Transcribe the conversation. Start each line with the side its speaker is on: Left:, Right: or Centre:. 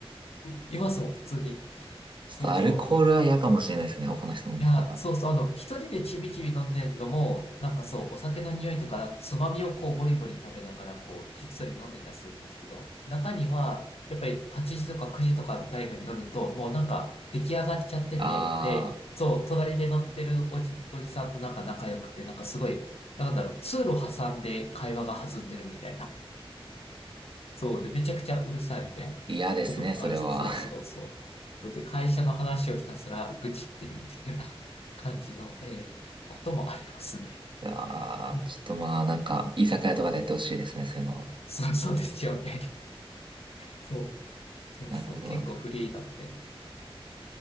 Left: <laughs> いますもん、普通に。そうそう。
Right: ちょっとアルコールは嫌かもしれないですね。他の人飲んでたら。
Left: いや、そうそう、あの、一人でちびちび飲んでるのも、なんかそう、お酒の匂いとか、つまみをこう、ボリボリ食べながら、こう、ひっそり飲んでたりするんですけど、中には、やっぱり8時とか9時とか大学に乗ると、もうなんか、出来上がっちゃってて、
Right: ああ、
Left: で、そう、隣で乗ってるおじ、おじさんとなんか仲良くて、なんかすごい、なんだろう、通路挟んで会話が弾んでるみたいなそう。で、めちゃくちゃうるさいみたいな
Right: 嫌ですね、
Left: こともある。
Right: それは。
Left: そうそうそう。
Right: <laughs>
Left: で、会社の話をひたすら愚痴ってるみたいな感じの、えーこともありますね。
Right: ああ、
Left: うん
Right: ちょっとまあ、なんか、居酒屋とかでやってほしいですね、そういうのは。
Left: そうそうですよね。そう、そうそう。
Right: なるほど。
Left: 結構フリーなので。
Right: そん